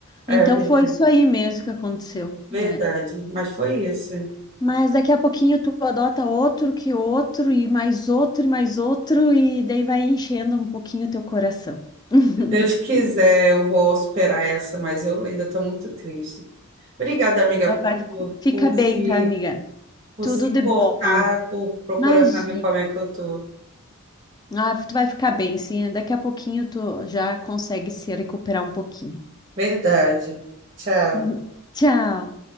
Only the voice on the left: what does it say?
Então
foi isso aí mesmo que aconteceu, né?
Mas daqui a pouquinho tu adota outro que outro, e mais outro, e mais outro, e daí vai enchendo um pouquinho o teu coração. <laughs>
Mas
vai fica
bem,
tá, amiga?
Tudo
de bom.
Imagina.
Ah, tu vai ficar bem, sim. Daqui a pouquinho tu já consegue se recuperar um pouquinho.
<laughs> Tchau.